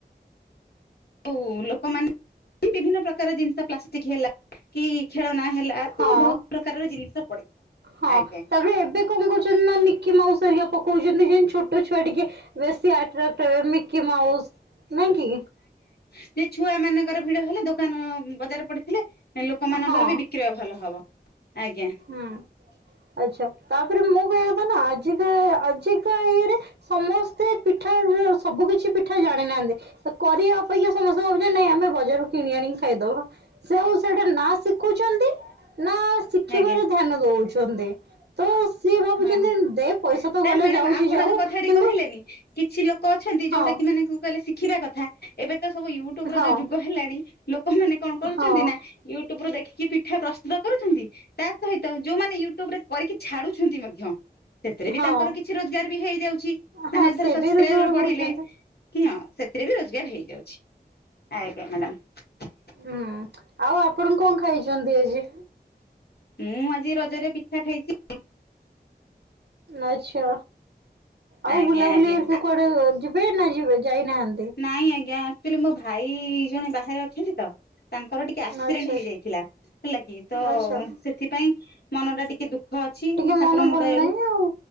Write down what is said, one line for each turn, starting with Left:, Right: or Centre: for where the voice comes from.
Left: ଆଉ ଲୋକମାନେ ବିଭିନ୍ନ ପ୍ରକାର ଜିନିଷ ପ୍ଲାଷ୍ଟିକ ହେଲା କି ଖେଳନା ହେଲା ସବୁ
Right: ହଁ
Left: ବହୁତ ପ୍ରକାରର ଜିନିଷ ପଡିଥାଏ।
Right: ହଁ
Left: ଆଜ୍ଞା
Right: ତାପରେ ଏବେ କଣ କରୁଛନ୍ତି ନା ମିକି ମାଉସ ହେରିକା ପକଉଛନ୍ତି, ଯେନ୍ତି ଛୋଟ ଛୁଆ ଟିକେ ବେଶୀ ଆଟ୍ରାକ୍ଟ ହେବେ ମିକି ମାଉସ ନାଇଁ କି?
Left: ସେ ଛୁଆ ମାନଙ୍କର ଭିଡ ହେଲେ ଦୋକାନ ବଜାର ପଡିଥିଲେ, ଲୋକମାନଙ୍କର
Right: ହଁ
Left: ବି ବିକ୍ରୟ ଭଲ ହବ। ଆଜ୍ଞା
Right: ହୁଁ ଆଚ୍ଛା ତାପରେ ମୁଁ କହିଆ କଥା ନା ଆ ଆଜିକା ଇଏରେ ସମସ୍ତେ ପିଠା ସବୁ କିଛି ପିଠା ଜାଣି ନାହାନ୍ତି କରିବା ଅପେକ୍ଷା ସମସ୍ତେ ଭାବୁଛନ୍ତି, ନାଇଁ ଆମେ ବଜାରକୁ କିଣି ଆଣିକି ଖାଇଦବା ସେ ଆଉ ସେଇଟା ନା ଶିଖୁଛନ୍ତି
Left: <inaudible>
Right: ନା ଶିଖିବାର
Left: ଆଜ୍ଞା
Right: ଧ୍ୟାନ ଦଉଛନ୍ତି ତ ସିଏ ଭାବୁଛନ୍ତି
Left: ହଁ
Right: ଦେ ପଇସା
Left: ତ
Right: ଗଲେ
Left: ମ୍ୟାଡ଼ାମ
Right: ଯାଉଛି
Left: ଆପଣ
Right: ଯାଉ
Left: ଯୋଉ କଥାଟି
Right: କିନ୍ତୁ
Left: କହିଲେନି, କିଛି ଲୋକ ଅଛନ୍ତି
Right: ହଁ
Left: ଯୋଉଟା କି ସେ ମାନଙ୍କୁ କହିଲେ ଶିଖିବା କଥା ଏବେ ତ ସବୁ ୟୁଟ୍ୟୁବ ର
Right: ହଁ।
Left: ଯୋଉ ଯୁଗ ହେଲାଣି, ଲୋକମାନେ କଣ କରୁଛନ୍ତି
Right: ହଁ
Left: ନା ୟୁଟ୍ୟୁବ ରୁ ଦେଖିକିି ବି ପିଠା ପ୍ରସ୍ତୁତ କରୁଛନ୍ତି ତା ସହିତ, ଯୋଉମାନେ ୟୁଟ୍ୟୁବ ରେ କରିକି ଛାଡୁଛନ୍ତି ମଧ୍ୟ ସେଥିରେ ବି
Right: ହଁ
Left: ତାଙ୍କର କିଛି ରୋଜଗାର ବି ହେଇଯାଉଛି,
Right: ହଁ
Left: ମାନେ
Right: ସେ
Left: ଧର ସବସ୍କ୍ରାଇବର
Right: ବି ରୋଜଗାର
Left: ବଢିଲେ
Right: କରୁଛନ୍ତି।
Left: କି ହଁ ସେଥିରେ ବି ରୋଜଗାର ହେଇଯାଉଛି ଆଜ୍ଞା ମ୍ୟାଡ଼ାମ
Right: ହୁଁ ଆଉ ଆପଣ କଣ ଖାଇଛନ୍ତି ଆଜି?
Left: ମୁଁ ଆଜି ରଜରେ ପିଠା ଖାଇଛି।
Right: ଆଚ୍ଛା ଆଉ
Left: ଆଜ୍ଞା
Right: ବୁଲାବୁଲି
Left: ଆଜ୍ଞା
Right: ହେରିକା କୁଆଡେ, ଯିବେ ନା ଯିବେ ଯାଇନାହାନ୍ତି?
Left: ନାଇଁ ଆଜ୍ଞା ଆଚୁଆଲି ମୋ ଭାଇ ଜଣେ ବାହାରେ ଅଛନ୍ତି ତ ତାଙ୍କର ଟିକେ ଆକ୍ସିଡେଣ୍ଟ
Right: ଆଚ୍ଛା
Left: ହେଇଯାଇଥିଲା ହେଲା କି ତ
Right: ଆଚ୍ଛା
Left: ସେଥିପାଇଁ ମନ ଟା ଟିକେ ଦୁଃଖ ଅଛି
Right: ଟିକେ
Left: ଠାକୁରଙ୍କଦୟାରୁ
Right: ମନ ଭଲ ନାହିଁ ଆଉ